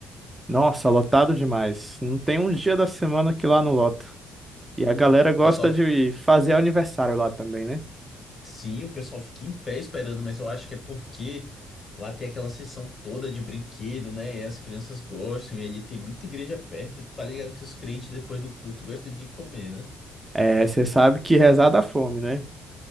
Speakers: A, on the right (about 20°); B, on the left (about 30°).
A: Nossa, lotado demais. Não tem um dia da semana que lá não lota. E a galera
B: O
A: gosta
B: pessoal
A: de fazer aniversário lá também, né?
B: Sim, o pessoal fica em pé esperando, mas eu acho que é porque lá tem aquela seção toda de brinquedo, né? E as crianças gostam, e ali tem muita igreja perto, e tá ligado que os crentes depois do culto gostam de comer, né?
A: É, você sabe que rezar dá fome, né?